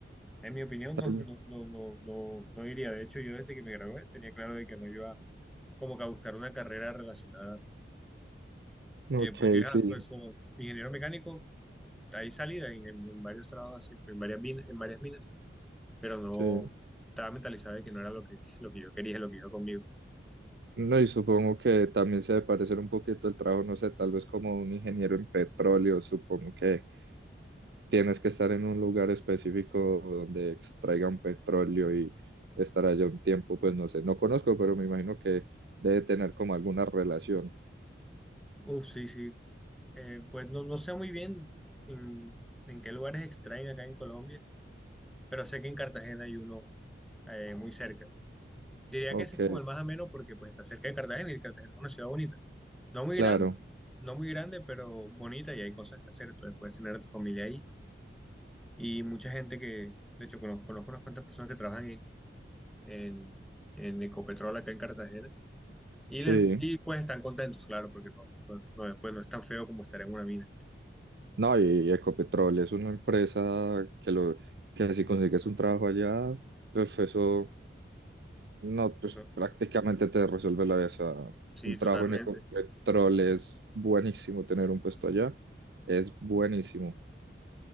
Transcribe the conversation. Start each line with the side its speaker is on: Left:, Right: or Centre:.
Centre: En mi opinión,
Right: Tal
Centre: no,
Right: vez.
Centre: no, no, no, no, no iría. De hecho, yo desde que me gradué tenía claro de que no iba como que a buscar una carrera relacionada, eh,
Right: Ok,
Centre: porque ah,
Right: sí,
Centre: pues como ingeniero mecánico, ahí salida en, en- en varios trabajos, así, en varias min- en varias minas. pero no
Right: sí.
Centre: estaba mentalizado de que no era lo que, lo que yo quería, lo que iba conmigo.
Right: No, y supongo que también se debe parecer un poquito el trabajo, no sé, tal vez como un ingeniero en petróleo, supongo que tienes que estar en un lugar específico donde extraigan petróleo y estar allá un tiempo, pues no sé, no conozco, pero me imagino que debe tener como alguna relación.
Centre: Uf sí, sí. Eh, pues no, no sé muy bien en, en qué lugares extraen acá en Colombia, pero sé que en Cartagena hay uno eh, muy cerca. Diría
Right: Ok,
Centre: que ese es como el más ameno porque pues está cerca de Cartagena y Cartagena es una ciudad bonita. No muy
Right: claro,
Centre: grande, no muy grande, pero bonita y hay cosas que hacer. Entonces puedes tener a tu familia ahí y mucha gente que, de hecho, conozco, conozco unas cuantas personas que trabajan en, en, en Ecopetrol acá en Cartagena Y,
Right: sí.
Centre: les, y pues están contentos, claro, porque no, no, no, después no es tan feo como estar en una mina.
Right: No, y Ecopetrol es una empresa que lo que si consigues un trabajo allá, pues eso no, pues
Centre: ¿no?
Right: prácticamente te resuelve la vida. O sea,
Centre: Sí,
Right: un
Centre: totalmente.
Right: trabajo en Ecopetrol es buenísimo, tener un puesto allá es buenísimo.